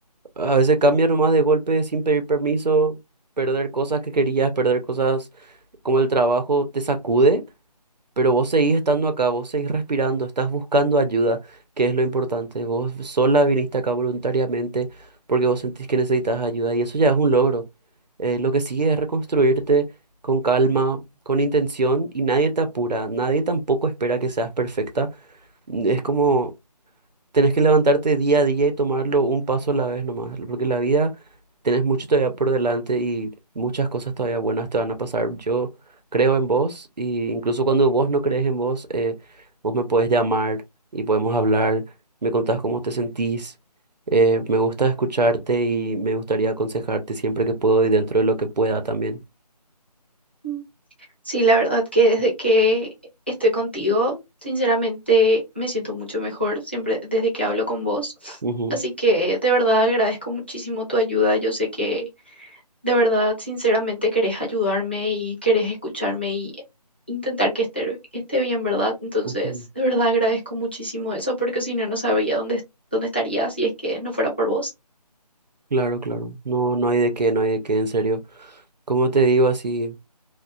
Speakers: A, on the right; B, on the left.
A: a veces cambia nomás de golpe sin pedir permiso, perder cosas que querías, perder cosas como el trabajo te sacude Pero vos seguís estando acá, vos seguís respirando, estás buscando ayuda, que es lo importante. Vos sola viniste acá voluntariamente porque vos sentís que necesitas ayuda y eso ya es un logro. Eh, lo que sigue es reconstruirte con calma, con intención y nadie te apura, nadie tampoco espera que seas perfecta. Mm, Es como tenés que levantarte día a día y tomarlo un paso a la vez nomás, porque la vida tenés mucho todavía por delante y muchas cosas todavía buenas te van a pasar. Yo creo en vos y incluso cuando vos no crees en vos, eh, vos me podés llamar y podemos hablar, me contás cómo te sentís. eh, me gusta escucharte y me gustaría aconsejarte siempre que puedo y dentro de lo que pueda también.
B: Ujú. Sí, la verdad que desde que estoy contigo, sinceramente me siento mucho mejor siempre desde que hablo con vos.
A: Ujú,
B: Así que de verdad agradezco muchísimo tu ayuda. Yo sé que De verdad, sinceramente querés ayudarme y querés escucharme y intentar que esté, que esté bien, ¿verdad? Entonces,
A: ujú.
B: de verdad agradezco muchísimo eso porque si no, no sabría dónde, est- dónde estaría si es que no fuera por vos.
A: Claro, claro. No, no hay de qué, no hay de qué, en serio. Como te digo, así.